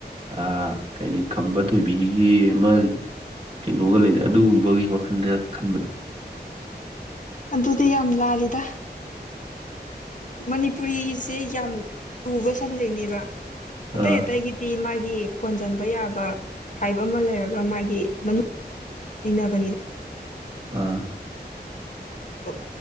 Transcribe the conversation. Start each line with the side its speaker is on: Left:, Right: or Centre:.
Right: ꯑꯥ ꯀꯩꯅꯤ ꯈꯝꯕ ꯊꯣꯏꯕꯤꯒꯤ ꯑꯃ ꯀꯩꯅꯣꯒ ꯂꯩꯅ ꯑꯗꯨꯒꯨꯝꯕꯒꯤ ꯋꯥꯈꯜꯗ ꯈꯟꯕꯗꯣ
Left: ꯑꯗꯨꯗꯤ ꯌꯥꯝ ꯂꯥꯜꯂꯤꯗ ꯃꯅꯤꯄꯨꯔꯤꯁꯦ ꯌꯥꯝ ꯂꯨꯕ ꯁꯕꯖꯦꯛꯅꯦꯕ ꯑꯇꯩ
Right: ꯑꯥ
Left: ꯑꯇꯩꯒꯤ ꯗꯤ ꯃꯥꯒꯤ ꯀꯣꯟꯁꯤꯟꯕ ꯌꯥꯕ ꯍꯥꯏꯕ ꯑꯃ ꯂꯩꯔꯒ ꯃꯥꯒꯤ ꯃꯅꯨꯡ ꯏꯟꯅꯕꯅꯤꯗ
Right: ꯑꯥ
Left: ꯑꯣ